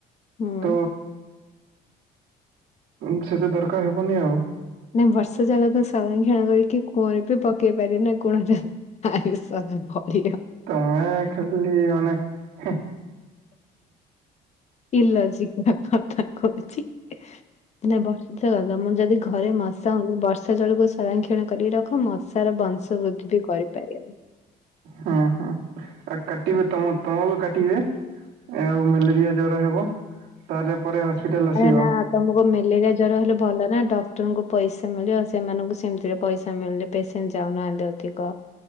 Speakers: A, on the left; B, on the right.
A: ହୁଁ ଉଁ।
B: ତ ଉଁ ସେତେ ଦରକାର୍ ହବନି ଆଉ।
A: ନା ବର୍ଷା ଜଳ ତ ସଂରକ୍ଷଣ କରିକି କୂଅରେ ବି ପକେଇ ପାରିବେ ନା କୋଣଟା। <inaudible>
B: ତମେ ଖାଲି ମାନେ ହେଁ।
A: କି ଲଜିକ୍ର ଧକ୍- ଧକ୍ ଖଥା କହୁଚି। ମାନେ ବର୍ଷା ଥୀ ଦେଖ ତମର୍ ଯଦି ଘରେ ମଶା ହଉନି ବର୍ଷା ଜଳକୁ ସଂରକ୍ଷଣ କରିକି ରଖ ମଶ୍ ସାରା ବଂଶ ବୃଦ୍ଧି ବି କରିପାରିବ।
B: ହଁ ହଁ ଆ କାଟିବେ ତମ ତମ ବି କାଟିବେ? ଆଉ ମେଲେରିଆ ଜର ହେବ ତାର୍ ରେ ପରେ ହସ୍ପିଟାଲ ଆସିବ।
A: ଆରେ ନା। ତମକୁ ମେଲେରିଆ ଜର ହେଲେ ଭଲ ନା ଡକ୍ଟରଙ୍କୁ ପଇସା ମିଳିବ ଆଉ ସେମାନଙ୍କୁ ସେମିତିରେ ପଇସା ମିଲ୍ ଲି ପେସେଣ୍ଟ ଯାଉନାହାନ୍ତି ଅଧିକ